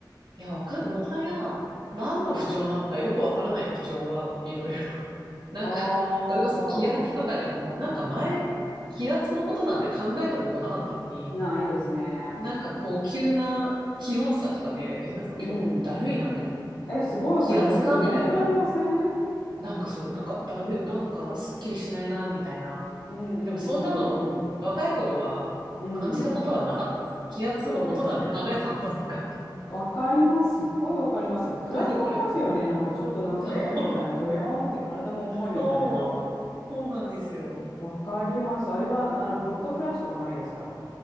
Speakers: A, on the right (about 75°); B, on the left (about 75°).
A: いや、わかん、もはや、何の不調なのかよくわからない不調はいろいろ。
B: はい。
A: <laughs> なんか、
B: あー、
A: それこそ気圧とかでも、なんか前、気圧のことなんて考えたことなかったのに、
B: ないですね。
A: なんかこう、急な気温差とかで、え、なんか今日だるいな、
B: うん。
A: みたいな。
B: え、すごい、
A: 気圧かみたいな。
B: これ眠く、眠くなりません
A: なんかそう、なんかだる、なんかすっきりしないな、みたいな。
B: うんうん
A: でもそんなの、
B: うん
A: 若い頃は感じたことはなかったです。
B: うん。うん。
A: 気圧のことなんて考えたことなかった。
B: そうですね。わかります。すっごいわかります。なんか暗くなりますよね。
A: 何これみたいな。
B: なんかちょっとなんか、
A: そう、
B: えーみたいな、ドヨーンって体も重いみたいな。
A: そう、そうなんですよ。
B: わかります。あれは、あの、ホットフラッシュとかないですか